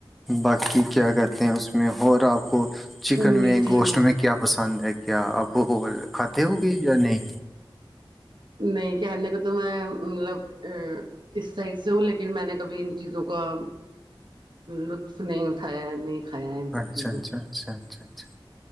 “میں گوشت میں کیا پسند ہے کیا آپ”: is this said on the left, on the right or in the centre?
Centre